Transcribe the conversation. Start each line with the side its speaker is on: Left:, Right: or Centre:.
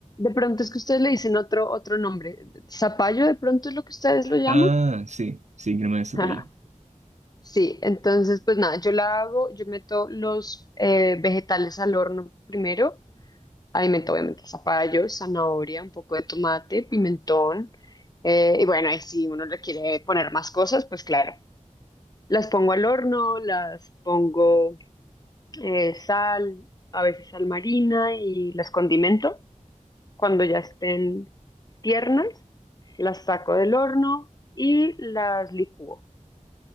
Left: De pronto es que ustedes le dicen otro, otro nombre, zapallo de pronto es lo que ustedes lo llaman.
Right: Ah, sí, sí, crema
Left: <laughs>
Right: de zapallo.
Left: Ajá. Sí, entonces pues nada, yo la hago, yo meto los eh, vegetales al horno primero Alimento, obviamente, zapallo, zanahoria, un poco de tomate, pimentón. eh, y bueno, ahí si uno le quiere poner más cosas, pues claro. Las pongo al horno, las pongo eh, sal, a veces sal marina y las condimento. Cuando ya estén tiernas, las saco del horno y las licúo.